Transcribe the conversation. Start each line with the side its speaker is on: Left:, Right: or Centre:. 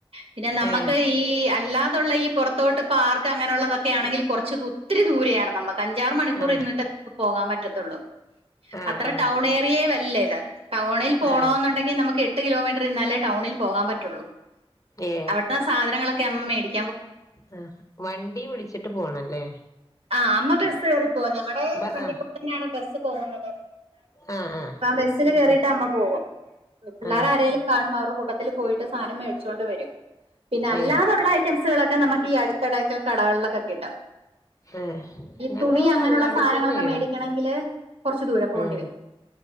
Right: പിന്നെ നമ്മുക്ക്
Left: ഏ
Right: ഈ അല്ലാതുള്ള ഈ പുറത്തോട്ട് പാർക്ക് അങ്ങനെയുള്ളതൊക്കെ ആണെങ്കിൽ കുറച്ച് ഒത്തിരി ദൂരെയാണ് നമുക്ക് അഞ്ചാറ് മണിക്കൂർ
Left: ആ
Right: ഇരുന്നിട്ട് പോകാൻ പറ്റത്തുള്ളൂ
Left: ആ
Right: അത്ര
Left: ആ
Right: ടൗൺ ഏരിയേയ്വല്ല ഇത് ടൗണിൽ പോണോന്നുണ്ടെങ്കിൽ
Left: ആ
Right: നമ്മക്ക് എട്ട് കിലോമീറ്റർ ഇരുന്നാലെ ടൗണിൽ പോകാൻ പറ്റുള്ളൂ
Left: ഏ
Right: അവിടുത്തെ സാധനങ്ങളൊക്കെ അമ്മ മേടിക്ക
Left: ആ വണ്ടി വിളിച്ചിട്ട് പോണംല്ലേ
Right: ആഹ് അമ്മ ബസ് കയറിപ്പോവും ഞങ്ങളുടെ
Left: ബ
Right: ഫ്രണ്ടിക്കൂടെ
Left: ആ
Right: തന്നെയാണ് ബസ്സ് പോകുന്നത്
Left: ആ ആ
Right: ബെൽ
Left: ആ
Right: കേട്ട് അമ്മ പോകും പിള്ളേര്
Left: ആ
Right: ആരെങ്കിലും കാണും അവരുടെ കൂട്ടത്തി പോയിട്ട് സാധനം മേടിച്ചുകൊണ്ട് വരും പിന്നെ അല്ലാതുള്ള
Left: ഏ
Right: ഐറ്റംസുകളൊക്കെ നമുക്ക് ഈ അടുത്തെടയ്ക്കൽ കടകളിലൊക്കെ കിട്ടും
Left: ഏ
Right: ഈ
Left: ഞങ്ങളിവിടെ
Right: തുണി അങ്ങനെയുള്ള
Left: അങ്ങാടി
Right: സാധനങ്ങളൊക്കെ
Left: തന്നെയാണ്
Right: മേടിക്കണെങ്കില് കൊറച്ചു ദൂരം പോകേണ്ടി
Left: ഉം
Right: വരും